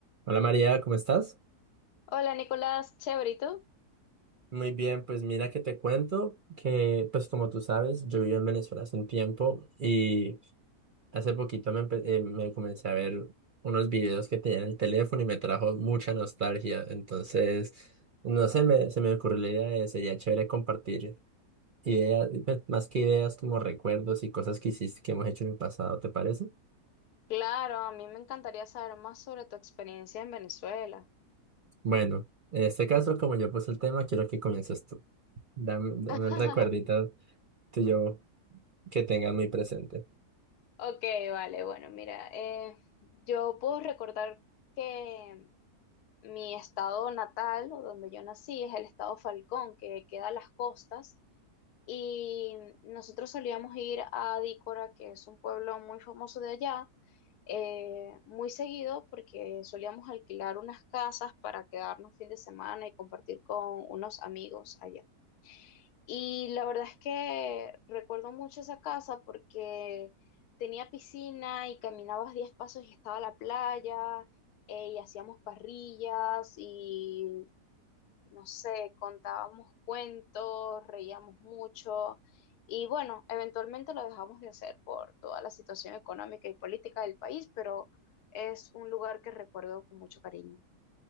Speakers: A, on the right; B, on the left.
A: Hola María, ¿cómo estás?
B: Hola Nicolás, chévere, ¿y tú?
A: Muy bien, pues mira que te cuento que, pues como tú sabes, yo vivo en Venezuela hace un tiempo y hace poquito me, empe- eh, me comencé a ver unos videos que tenía en el teléfono y me trajo mucha nostalgia. Entonces, no sé, me, se me ocurrió la idea de sería chévere compartir ideas, pues, más que ideas como recuerdos y cosas que hiciste, que hemos hecho en el pasado, ¿te parece?
B: Claro, a mí me encantaría saber más sobre tu experiencia en Venezuela.
A: Bueno, en este caso, como yo puse el tema, quiero que comiences tú. Dame, dame
B: <laughs>
A: un recuerdito tuyo que tengas muy presente.
B: Ok, vale, bueno, mira, eh, yo puedo recordar que mi estado natal, o donde yo nací, es el estado Falcón, que queda a las costas, y nosotros solíamos ir a Dícora, que es un pueblo muy famoso de allá, eh, muy seguido porque solíamos alquilar unas casas para quedarnos fin de semana y compartir con unos amigos allá. Y la verdad es que recuerdo mucho esa casa porque tenía piscina y caminabas 10 pasos y estaba la playa eh, y hacíamos parrillas y no sé, contábamos cuentos, reíamos mucho y bueno, eventualmente lo dejamos de hacer por toda la situación económica y política del país, pero es un lugar que recuerdo con mucho cariño.